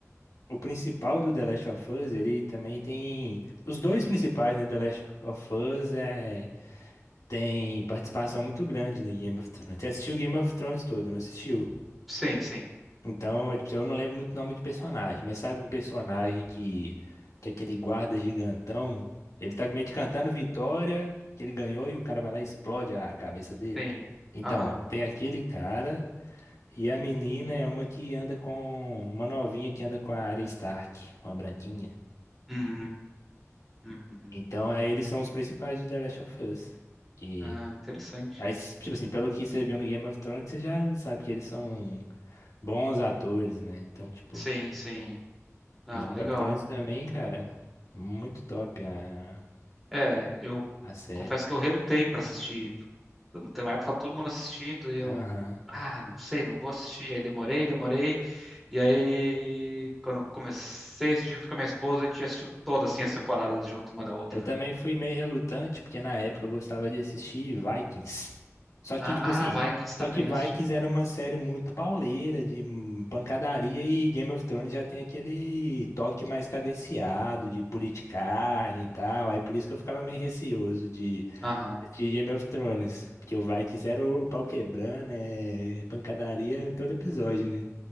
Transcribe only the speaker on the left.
o principal do The Last of Us, ele também tem. Os dois principais, né? The Last of Us é, tem participação muito grande no Game of Thrones. Você assistiu o Game of Thrones todo, não assistiu?
Então, é, tipo, eu não lembro muito o nome de personagem, mas sabe um personagem que, que é aquele guarda gigantão, ele tá meio que cantando vitória, que ele ganhou e o cara vai lá e explode a cabeça dele.
Então,
tem aquele cara e a menina é uma que anda com uma novinha que anda com a Arya Stark, uma branquinha.
Então, aí eles são os principais do The Last of Us. Que,
aí, tipo assim, pelo que você viu no Game of Thrones, você já sabe que eles são bons atores, né? Então, tipo,
Mas Game
of Thrones também, cara. Muito top a,
a série.
Aham.
Eu também
fui meio relutante, porque na época eu gostava de assistir Vikings. Só que,
tipo assim,
só que Vikings
era uma série muito pauleira, de hum, pancadaria, e Game of Thrones já tem aquele toque mais cadenciado, de politicagem e tal. Aí por isso que eu ficava meio receoso de
assistir Game of Thrones. Porque o Vikings era o pau quebrando, é pancadaria todo episódio, né?